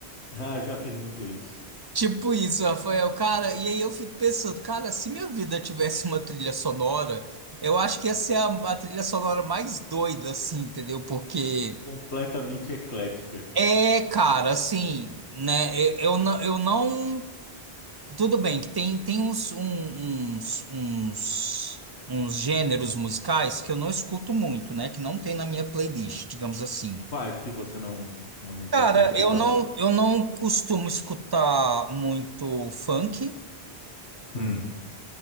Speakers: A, on the left; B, on the right.
A: Ah, já fiz muito isso.
B: Tipo isso, Rafael. Cara, e aí eu fico pensando, cara, se minha vida tivesse uma trilha sonora, eu acho que ia ser a, a trilha sonora mais doida, assim, entendeu? Porque
A: Completamente eclética.
B: é, cara, assim, né? Eu, eu não. Eu não Tudo bem, que tem, tem uns, um- uns, uns, uns gêneros musicais que eu não escuto muito, né? Que não tem na minha playlist, digamos assim.
A: Quais que você não, não
B: Cara,
A: costuma escutar?
B: eu não, eu não costumo escutar muito funk.
A: Hum.